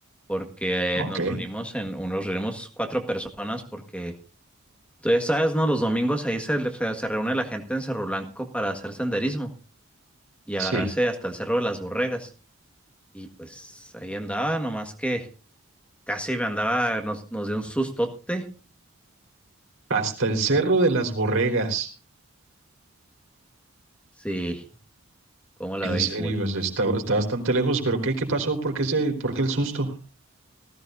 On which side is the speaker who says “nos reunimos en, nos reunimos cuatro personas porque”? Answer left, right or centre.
Centre